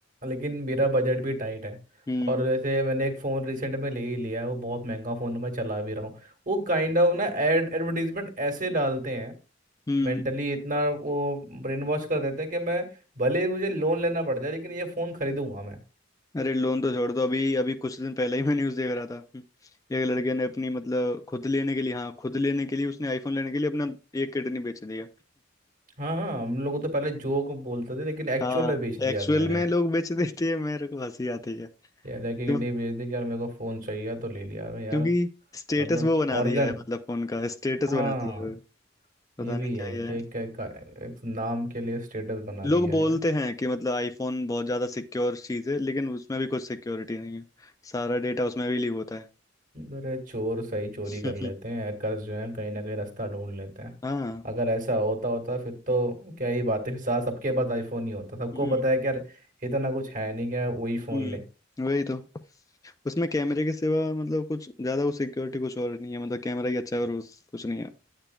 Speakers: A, on the right; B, on the left.
A: लेकिन मेरा बजट भी टाइट है
B: हम्म
A: और जैसे मैंने एक फ़ोन रिसेंट में ले ही लिया है वो बहुत महंगा फ़ोन है मैं चला भी रहा हूँ वो काइंड ऑफ ना एड एडवर्टीजमेंट ऐसे डालते हैं
B: हम्म
A: मेंटली इतना वो ब्रेन वॉश कर देते हैं कि मैं भले ही मुझे लोन लेना पड़ जाए लेकिन ये फ़ोन खरीदूंगा मैं
B: अरे लोन तो छोड़ दो अभी अभी कुछ दिन पहले ही मैं न्यूज़ देख रहा था हम्म, एक लड़के ने अपनी मतलब खुद लेने के लिए हाँ खुद लेने के लिए उसने आईफोन लेने के लिए अपना एक किडनी बेच दिया
A: हाँ हाँ हम लोगों तो पहले जोक बोलते थे लेकिन एक्चुअल
B: हाँ
A: में बेच दिया
B: एक्चुअल
A: अगले ने
B: में लोग बेच देते हैं मेरे को हंसी आती है
A: यार है कि
B: क्यों
A: नहीं बेच दी कि यार मेरे को फ़ोन चाहिए था, तो ले लिया अरे यार
B: क्योंकि स्टेटस
A: मतलब
B: वो बना
A: ऑर्गन
B: दिया है मतलब फोन का स्टेटस
A: हाँ
B: बना दिया है पता
A: ये भी
B: नहीं क्या
A: है
B: ये
A: कि
B: है
A: एक, एक, एक नाम के लिए स्टेटस बना
B: लोग
A: दिया
B: बोलते
A: है
B: हैं कि मतलब आईफोन बहुत ज्यादा सिक्योर चीज है लेकिन उसमें भी कुछ सिक्योरिटी नहीं है सारा डेटा उसमें भी लीक होता है
A: अरे चोर सही चोरी
B: <laughs>
A: कर लेते हैं hackers जो है कहीं ना कहीं रास्ता ढूंढ लेते हैं
B: हाँ
A: अगर ऐसा होता होता फिर तो क्या ही बात है फिर साथ सबके पास आईफोन ही होता सबको
B: हम्म
A: पता है कि यार इतना कुछ है नहीं क्या वही फ़ोन
B: हम्म
A: ले
B: वही तो उसमें कैमरे के सिवा मतलब कुछ ज्यादा वो सिक्योरिटी कुछ और नहीं है मतलब कैमरा ही अच्छा है और उस कुछ नहीं है